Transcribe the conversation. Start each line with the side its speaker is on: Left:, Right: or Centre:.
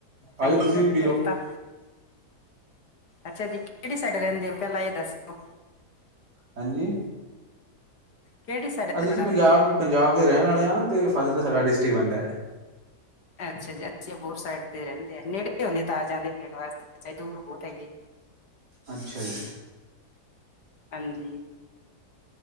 Left: ਚੰਗੀ
Right: ਆਜੋ ਤੁਸੀਂ
Left: ਗੱਲ
Right: ਵੀ ਪੀ ਲਓ
Left: ਫਿਰ ਤਾਂ ਅੱਛਾ ਜੀ ਕਿਹੜੀ ਸਾਈਡ ਰਹਿੰਦੇ ਓ ਪਹਿਲਾਂ ਇਹ ਦੱਸੋ
Right: ਹਾਂਜੀ
Left: ਕਿਹੜੀ ਸਾਈਡ ਹੈ
Right: ਅਸੀਂ
Left: ਤੁਹਾਡਾ
Right: ਜੀ ਪੰਜਾਬ
Left: ਪਿੰਡ
Right: ਪੰਜਾਬ ਦੇ ਰਹਿਣ ਵਾਲੇ ਹਾਂ ਅਤੇ ਫਾਤਿਹਗੜ੍ਹ ਸਾਡਾ ਡਿਸਟਰਿਕ ਬਣਦਾ ਹੈ
Left: ਅੱਛਾ ਜ ਅਸੀ ਅਬੋਰ ਸਾਈਡ ਤੇ ਰਹਿੰਦੇ ਆ ਨੇੜੇ ਤਾਜ਼ ਆ ਦੇ ਪੀਣ ਵਾਸਤੇ ਅੱਛਾ ਦੂਰ ਬਹੁਤ ਹੈਗੀ
Right: ਅੱਛਾ ਜੀ
Left: ਹਾਂਜੀ